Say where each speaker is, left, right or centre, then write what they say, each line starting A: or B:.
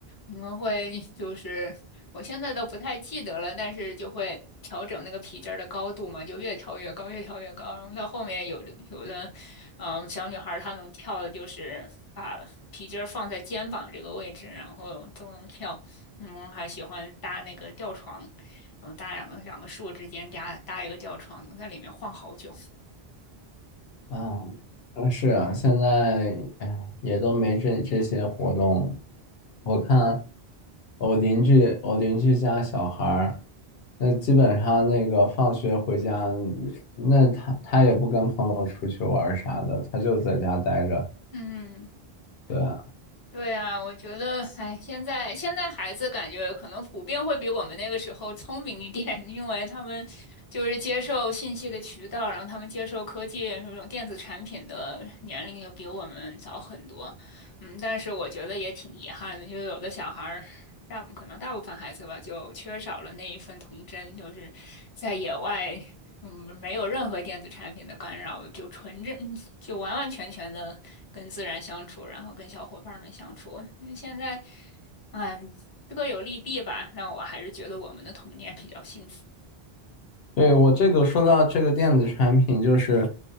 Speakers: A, on the left; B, on the left.
A: 我们会 <laughs> 就是我现在都不太记得了，但是就会调整那个皮筋儿的高度嘛，就越跳越高，越跳越高。然后到后面有的有的，嗯，小女孩儿她能跳的就是把皮筋儿放在肩膀这个位置，然后都能跳。嗯，还喜欢搭那个吊床，然后搭两个两个树之间搭搭一个吊床，能在里面晃好久。
B: 啊，嗯是啊，现在哎也都没这这些活动了我看我邻居，我邻居家小孩儿，那基本上那个放学回家，那他他也不跟朋友出去玩儿啥的，他就在家待着。
A: 嗯。
B: 对，啊，
A: 对啊，我觉得，哎，现在现在孩子感觉可能普遍会比我们那个时候聪明一点，<laughs> 因为他们就是接受信息的渠道，然后他们接受科技这种电子产品的年龄又比我们早很多。嗯，但是我觉得也挺遗憾的，就有的小孩儿，大可能大部分孩子吧，就缺少了那一份童真，就是在野外，嗯，没有任何电子产品的干扰，就纯真，<laughs> 就完完全全的。跟自然相处，然后跟小伙伴们相处。因为现在，嗯，各有利弊吧，让我还是觉得我们的童年比较幸福。
B: 对，我这个说到这个电子产品，就是，